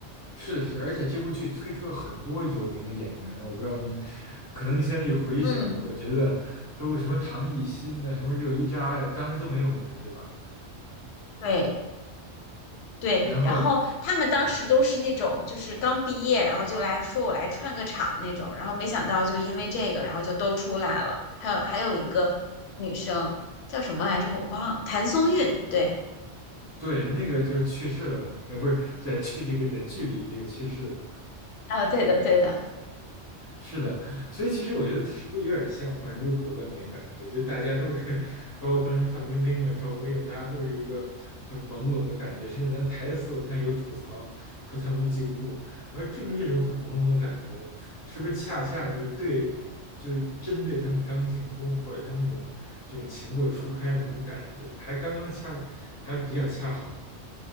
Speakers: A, on the left (about 20°); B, on the left (about 70°).
A: 是的，是的，而且这部剧推出了很多有名的演员，我不知道您，可能你现在一回想，
B: 嗯，
A: 我觉得都什么唐艺昕呐，什么热依扎呀，当时都没有名儿，对吧？
B: 对。对，
A: 然后，
B: 然后他们当时都是那种就是刚毕业，
A: 嗯，
B: 然后就来说我来串个场那种，然后没想到就因为这个，然后就都出来了。还有还有一个女生叫什么来着，我忘了，谭松韵。对，
A: 对，那个就是去世了嘛，那个呃不是在剧这个在剧里这个去世了，
B: 啊，对的对的，
A: 是的，所以其实我觉得是不是有点像《还珠格格》那个感觉？就大家都是，包括当时范冰冰啊、赵薇啊，大家都是一个很朦胧的感觉，甚至连台词我看有吐槽说他们都记不住。而正是这种很朦胧的感觉，是不是恰恰就是对，就是针对他们刚进宫或者他们那种这种情窦初开的那种感觉，还刚刚恰还比较恰好。